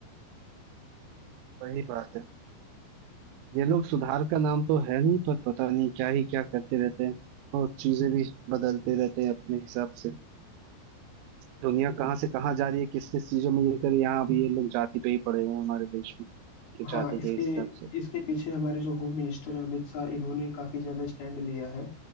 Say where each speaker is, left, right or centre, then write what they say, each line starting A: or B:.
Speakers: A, on the right; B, on the left.
A: वही बात है ये लोग सुधार का नाम तो है नहीं पर पता नहीं क्या ही क्या करते रहते हैं और चीजें भी बदलते रहते हैं अपने हिसाब से दुनिया कहाँ से कहाँ जा रही है किस किस चीजों में लेकर यहाँ अब ये लोग जाति पे ही पड़े हैं हमारे देश में कि
B: हाँ
A: जाति
B: इसके
A: के हिसाब से
B: इसके पीछे हमारे जो होम मिनिस्टर हैं, अमित शाह इन्होंने काफी ज्यादा स्टैंड लिया है